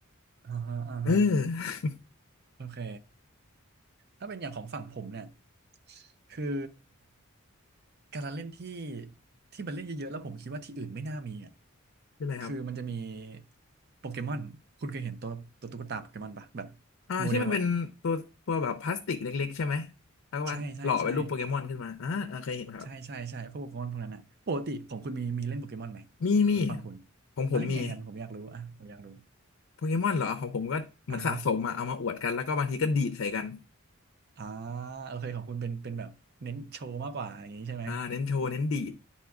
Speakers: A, on the right; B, on the left.
A: อ่าฮะอ่าฮะ
B: เออ
A: โอเคถ้าเป็นอย่างของฝั่งผมเนี่ยคือการละเล่นที่ที่มันเล่นเยอะๆแล้วผมคิดว่าที่อื่นไม่น่ามีอ่ะ
B: <laughs> เปไรครับ
A: คือมันจะมีโปเกมอนคุณเคยเห็นตัวตัวตุ๊กตาโปเกมอนปะแบบ
B: อ่าที่มันเป็นตัวตัวแบบพลาสติกเล็กๆใช่ไหม
A: โมเดลอ่ะ
B: แล้วก็วาดหล่อเป็นรูปโปเกมอนขึ้นมาอ่าอ่าเคยเห็นครับ
A: ใช่ใช่ใช่ ใช่ใช่ใช่พวกโปเกมอนพวกนั้นนะปกติของคุณมีมีเล่นโปเกมอนไหม
B: มีมี
A: ผมฟังคุณ
B: ของผมมี
A: เขาเล่นไงกันผมอยากรู้อ่ะผมอยากรู้
B: โปเกมอนเหรอของผมก็เหมือนสะสมอะเอามาอวดกันแล้วก็บางทีก็ดีดใส่กัน
A: อ่ะฮะอ่าโอเคของคุณเป็นเป็นแบบเน้นโชว์มากกว่าอย่างนี้ใช่ไหม
B: อ่าเน้นโชว์เน้นดีด